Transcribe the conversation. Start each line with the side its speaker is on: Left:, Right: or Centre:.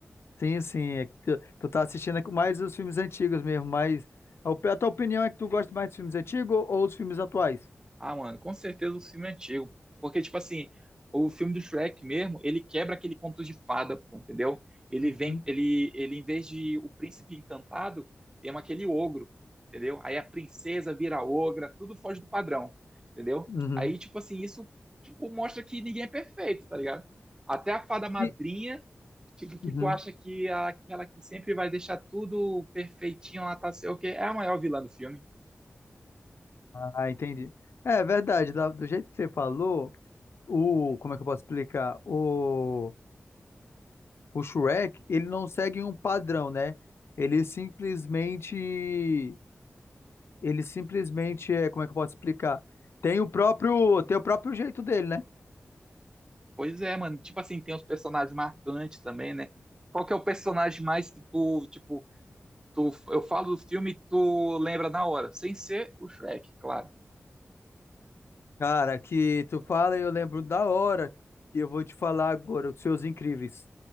Left: Sim, sim. É que tu, tu tá assistindo mais os filmes antigos mesmo, mas a, op- a tua opinião é que tu gosta mais dos filmes antigos ou, ou os filmes atuais?
Right: Ah, mano, com certeza o filme é antigo. Porque, tipo assim, o filme do Shrek mesmo, ele quebra aquele conto de fada, pô, entendeu? Ele
Left: Uhum.
Right: vem, ele, ele, em vez de o príncipe encantado, tem um aquele ogro, entendeu? Aí a princesa vira ogra, tudo foge do padrão, entendeu?
Left: Uhum.
Right: Aí, tipo assim, isso, tipo, mostra que ninguém é perfeito, tá ligado? Até a fada madrinha,
Left: E-
Right: tipo, que
Left: uhum.
Right: tu acha que é aquela que sempre vai deixar tudo perfeitinho, lá tá sei o quê, é a maior vilã do filme.
Left: Ah, entendi. É verdade, da- do jeito que você falou, o, como é que eu posso explicar? O, o Shrek, ele não segue um padrão, né? Ele simplesmente, ele simplesmente é, como é que eu posso explicar? Tem o próprio, tem o próprio jeito dele, né?
Right: Pois é, mano. Tipo assim, tem os personagens marcantes também, né? Qual que é o personagem mais que tu, tipo, tu, eu falo do filme e tu lembra na hora? Sem ser o Shrek, claro.
Left: Cara, que tu fala e eu lembro da hora que eu vou te falar agora, os seus incríveis.